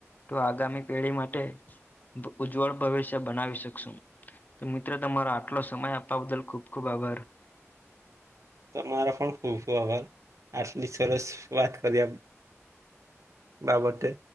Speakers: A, on the left (about 35°); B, on the right (about 80°).
A: તો આગામી પેઢી માટે ઉજ્જવળ ભવિષ્ય બનાવી શકશું, તો મિત્રો તમારો આટલો સમય આપવા બદલ ખૂબ ખૂબ આભાર.
B: તમારો પણ ખૂબ આભાર, આટલી સરસ વાત કર્યા બાબતે.